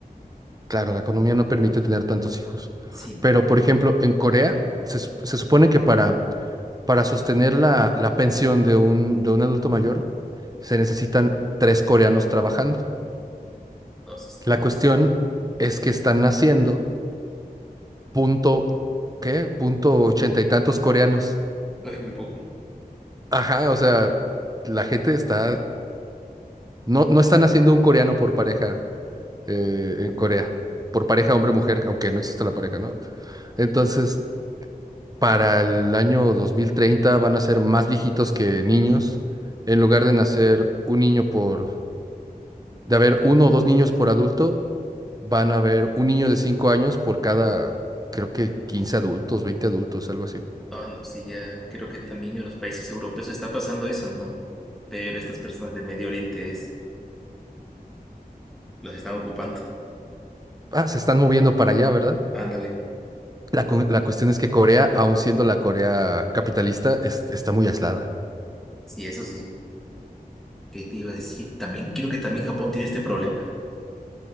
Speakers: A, on the right; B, in the centre.
A: Claro, la economía no permite tener tantos hijos.
B: Sí,
A: Pero, por ejemplo, en Corea se, sup- se supone que para, para sostener la, la pensión de un, de un adulto mayor se necesitan tres coreanos trabajando.
B: no, sí está
A: La
B: más,
A: cuestión es que están naciendo punto, ¿qué? Punto ochenta y tantos coreanos.
B: <laughs> ay, muy poco.
A: Ajá, o sea, la gente está, no, no están haciendo un coreano por pareja eh, en Corea, por pareja hombre-mujer, aunque no exista la pareja, ¿no? Entonces, para el año 2030 van a ser más viejitos que niños. En lugar de nacer un niño por, de haber uno o dos niños por adulto, van a haber un niño de cinco años por cada, creo que 15 adultos, 20 adultos, algo así.
B: Ah, no, sí, ya creo que también en los países europeos está pasando eso, ¿no? Pero estas personas de Medio Oriente es, las están ocupando.
A: Ah, se están moviendo para allá, ¿verdad?
B: Ándale,
A: La, cu- la cuestión es que Corea, aun siendo la Corea capitalista, es- está muy aislada.
B: sí, eso sí. ¿Qué te iba a decir? También creo que también Japón tiene este problema.